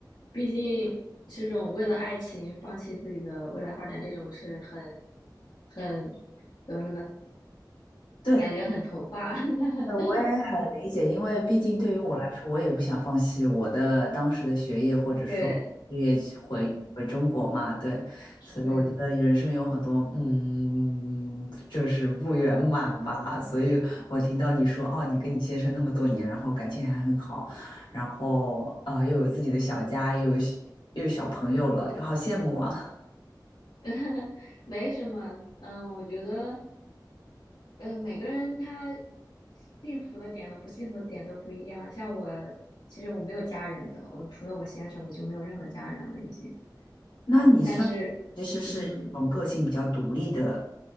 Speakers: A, on the left (about 65°); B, on the left (about 85°).
A: 毕竟这种为了爱情放弃自己的未来发展，这种是很很。怎么说呢？
B: 对，
A: 感觉很童话。<laughs>
B: 呃我也很理解，因为毕竟对于我来说，
A: 嗯，
B: 我也不想放弃我的当时的学业，或者说事业去回回中国嘛，
A: 对，是，
B: 对，所以我觉得人生有很多嗯，
A: 对，
B: 就是不圆满吧。所以我听到你说，哦，你跟你先生那么多年，然后感情还很好，然后啊、呃又有自己的小家，又有小又有小朋友了，就好羡慕啊。
A: <laughs> 没什么。嗯，我觉得，嗯，每个人他幸福的点和不幸福的点都不一样。像我，其实我没有家人的，我除了我先生，我就没有任何家人了已经。
B: 那你算其实是那种个性比较独立的
A: 但是，嗯，